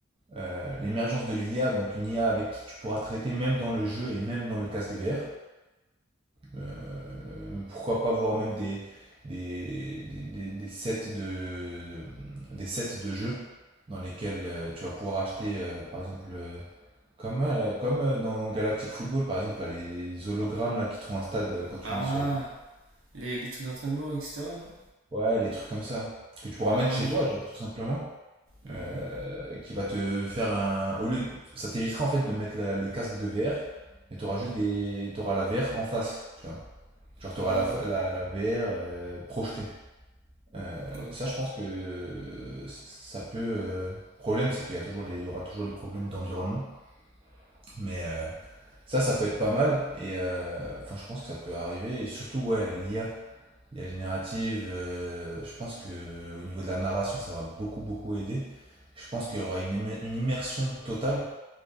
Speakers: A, on the right (about 25°); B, on the right (about 75°).
A: Euh, L'émergence de l'IA, donc une IA avec qui tu pourras traiter même dans le jeu et même dans le casque VR. Euh, pourquoi pas voir même des, des, des, des, des sets, de, des sets de jeux dans lesquels euh, tu vas pouvoir acheter, euh, par exemple, euh, comme, euh, comme euh, dans Galactic Football, par exemple, là, les hologrammes là, qui te font un stade euh, quand tu
B: Ah,
A: mets sur les...
B: Les, les trucs d'entraînement, etc., non
A: Ouais, les trucs comme ça, que tu pourras
B: Ah
A: mettre chez
B: oui.
A: toi, genre, tout simplement.
B: Mmh.
A: euh, qui va te faire un. Au lieu de- Ça t'évitera en fait de mettre la- le casque de VR, mais t'auras juste des. T'auras la VR en face, tu vois. Genre t'auras
B: Ah
A: la, fa-
B: ouais.
A: la, la VR euh, projetée. Euh,
B: Ok.
A: ça, je pense que euh, c- ça peut. euh, Problème, c'est qu'il y a toujours les... il y aura toujours les problèmes d'environnement, mais euh, ça, ça peut être pas mal. Et euh, enfin, je pense que ça peut arriver. Et surtout, ouais, l'IA l'IA générative, euh, je pense que au niveau de la narration, ça va beaucoup beaucoup aider. Je pense qu'il y aura une, immer- une immersion totale